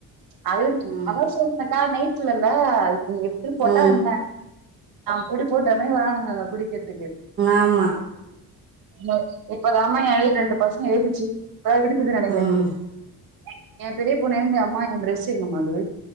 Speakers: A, on the right; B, on the right.
A: அதுன்
B: ம்
A: அதா சொர்றுன்னே கா ஆ நைட்லல்ல நீ எப்டி போட்டா
B: ம்
A: என்ன அ அவ் குடி போ டப்புன்னே வரானுங்கங்க குடிக்கிற்த்துக்கு
B: ஆமா
A: நோ இப்பதாமா எழுக் ரெண்டு பஸ்ஸுங்க எழுதுச்சி வ விடி இது நடைங்கரின்
B: ம்
A: கிரின் எ பெரிய பொன்னெம் எ அம்மா ய ப்ரஷ்ஷு எங்கமாங்குது